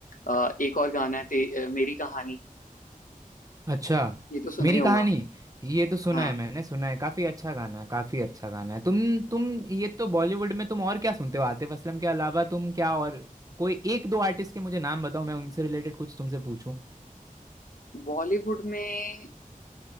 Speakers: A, on the left; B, on the right.
A: अ, एक और गाना है ते, अ, मेरी कहानी
B: अच्छा
A: ये तो सुना
B: मेरी
A: ही होगा
B: कहानी ये तो सुना
A: हाँ
B: है मैंने सुना है काफी अच्छा गाना है काफी अच्छा गाना है तुम तुम ये तो बॉलीवुड में तुम और क्या सुनते हो आतिफ असलम के अलावा तुम क्या और कोई एक दो आर्टिस्ट के मुझे नाम बताओ मैं उनसे रिलेटेड कुछ तुमसे पूछूं
A: बॉलीवुड में